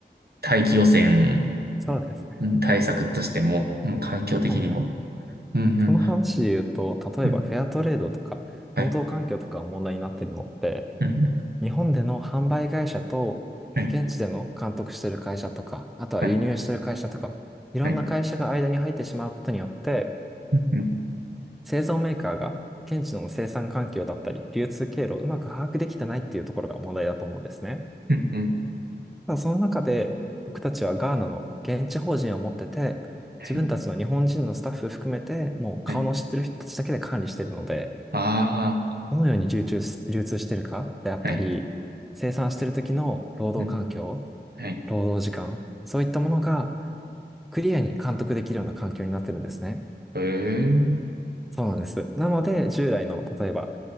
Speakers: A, on the right; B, in the centre.
A: 大気汚染
B: そうですね。
A: うん対策としても、うん、環境的にも。
B: はいはい。
A: うん、うん、
B: その話で言うと、例えばフェアトレードとか、
A: うん、はい、
B: 労働環境とかが問題になってるのって、
A: うん、うん
B: 日本での販売会社と、
A: はい、
B: 現地での監督してる会社とか、あとは輸入してる会社とか、
A: はい、
B: いろんな会社が間に入ってしまうことによって、
A: はい、うん、うん、
B: 製造メーカーが現地の生産環境だったり、流通経路をうまく把握できてないっていうところが問題だと思うんですね。
A: うん、うん
B: ただその中で僕たちはガーナの現地法人を持ってて、
A: はい、
B: 自分たちの日本人のスタッフ含めて、もう顔の知ってる人たちだけで管理してるので、
A: はい、あ
B: どのように流通し、流通してるかであったり、
A: あ、はい、
B: 生産してる時の労働環境、
A: うん、はい、
B: 労働時間、そういったものがクリアに監督できるような環境になってるんですね。
A: へえー、
B: そうなんです。なので、従来の、例えば、